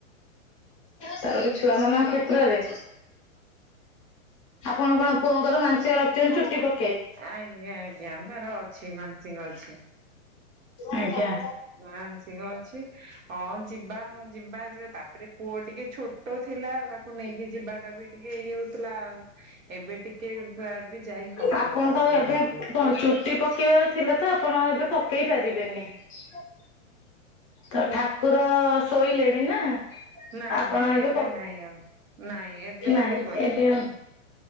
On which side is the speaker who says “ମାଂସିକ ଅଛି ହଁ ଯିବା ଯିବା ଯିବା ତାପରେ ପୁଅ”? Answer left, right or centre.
Right